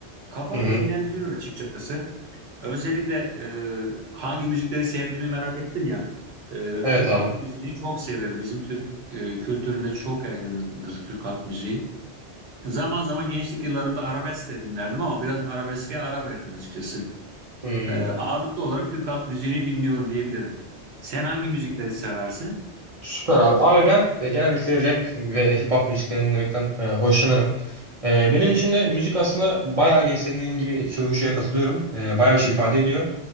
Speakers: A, on the right (about 70°); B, on the right (about 45°).
A: Kafamı
B: Hı hı.
A: dinlendiriyor açıkçası. Özellikle e, hangi müzikleri sevdiğimi merak ettin ya. E,
B: Evet
A: Türk
B: abi.
A: halk müziğini çok severim. Bizim Türk e, kültüründe çok yaygındır Türk halk müziği. Zaman zaman gençlik yıllarımda arabesk de dinlerdim ama biraz arabeske ara verdim açıkçası.
B: Hmm.
A: Ee, ağırlıklı olarak Türk halk müziğini dinliyorum diyebilirim. Sen hangi müzikleri seversin?
B: Süper abi. Abi ben e, genellikle rap ve hip hop müziklerini dinlemekten e, hoşlanırım. E, benim için de müzik aslında bayağı gen- senin gibi görüşe katılıyorum. E, bayağı bir şey ifade ediyor.